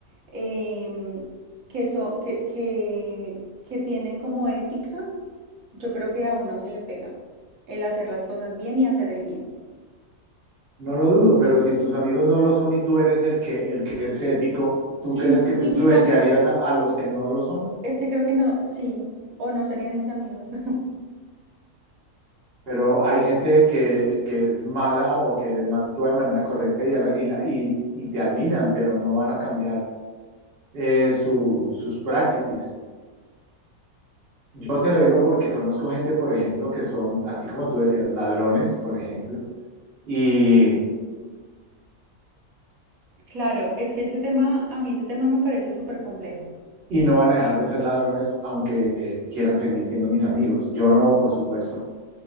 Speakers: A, on the right; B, on the right.
A: em, que, so- que, que, que tienen como ética, yo creo que a uno se le pega el hacer las cosas bien y hacer el bien.
B: No lo dudo, pero si tus amigos no lo son y tú eres el que, el que es ético, ¿tú
A: Sí,
B: crees que
A: sí,
B: tú influenciarías
A: mis am-
B: a, a los que no lo son?
A: es que creo que no, sí, o no serían mis amigos.
B: Pero hay gente que, que es mala o que no actúa de manera correcta y, a la- y la- y- y te admiran, pero no van a cambiar eh, su- sus praxis. Yo te lo digo porque conozco gente, por ejemplo, que son, así como tú decías, ladrones, por ejemplo, y,
A: Claro, es que ese tema, a mí ese tema me parece súper complejo.
B: y no van a dejar de ser ladrones aunque eh, quieran seguir siendo mis amigos. Yo no, por supuesto.